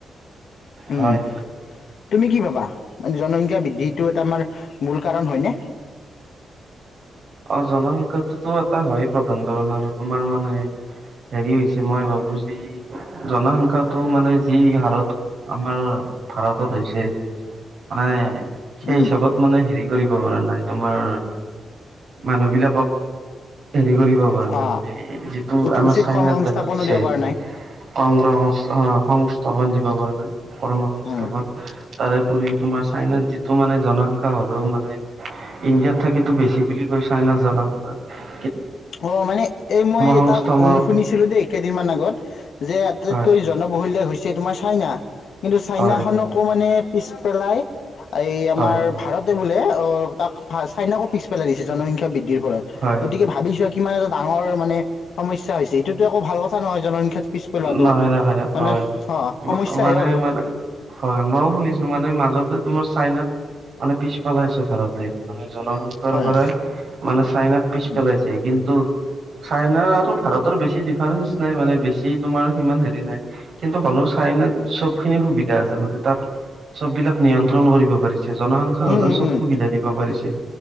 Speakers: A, on the left; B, on the right.
A: উম।
B: হয়
A: তুমি কি ভাবা? মানে জনসংখ্যা বৃদ্ধিটো এটা আমাৰ মূল কাৰণ হয় নে
B: অ', জনসংখ্যাটোতো এটা হয় প্ৰধান কাৰণ আৰু তোমাৰ মানে হেৰি হৈছে মই ভাবো যি জনসংখ্যাটো মানে যি হাৰত আমাৰ ভাৰতত হৈছে, মানে সেই
A: উম
B: হিচাপত মানে হেৰি কৰিব পৰা নাই তোমাৰ মানুহ বিলাকক হেৰি কৰিব পৰা নাই
A: অ
B: মানে, এহ যিটো
A: উতি
B: আমাৰ
A: উচিত
B: চাইনাত
A: কৰ্ম সংস্থাপনো
B: দেখা গৈছে।
A: দিব পৰা নাই
B: কৰ্ম সংস্থ-সংস্থাপন দিব পৰা নাই কৰ্ম সংস্থাপন।
A: উম
B: তাৰেপৰি তোমাৰ চাইনাত যিটো মানে জনসংখ্যা হ'লেও মানে, ইণ্ডিয়াত থাকিতো বেছি বু জনসংখ্যাৰ
A: অহ মানে এই মই
B: সংস্থাপন
A: এটা অনু-শুনিছিলোঁ দেই কেইদিনমান আগত, যে আটাইতকৈ
B: হয়
A: জনবহুল দেশ হৈছে তোমাৰ চাইনা, কিন্তু চাইনাখনকো
B: হয়
A: মানে পিছ পেলাই এই আমাৰ
B: হয়
A: ভাৰতে বোলে অহ, তাক ভা-চাইনাকো পেলাই দিছে জনসংখ্যা বৃদ্ধিৰ ফলত,
B: হয়
A: গতিকে ভাবি চোৱা কিমান এটা ডাঙৰ মানে সমস্যা হৈ এইটোতো একো ভাল কথা নহয় জনসংখ্যাত পিছ পেলোৱাটো,
B: নহয় নহয়
A: মানে
B: হয়
A: অ, সমস্যা
B: মানে
A: হে হ'ব।
B: মানে হয় মইয়ো শুনিছোঁ মানে মাজতে তোমাৰ চাইনাক, মানে পেলাইছে ভাৰতে আমি জনসংখ্যাৰ
A: হয়
B: পৰাই,
A: হয়
B: মানে চাইনাক পিছ
A: উম
B: পেলাইছে কিন্তু চাইনা আৰু ভাৰতৰ বেছি ফাৰেঞ্চ নাই মানে বেছি তোমাৰ সিমান হেৰি নাই, কিন্তু হ'লেও চাইনাত চব খিনি সুবিধা আছে। তাত চব বিলাক নিয়ন্ত্ৰণ কৰিব পাৰিছে, জনসংখ্যা
A: উম
B: হ'লেও
A: উম
B: চব
A: উম
B: সুবিধা দিব পাৰিছে।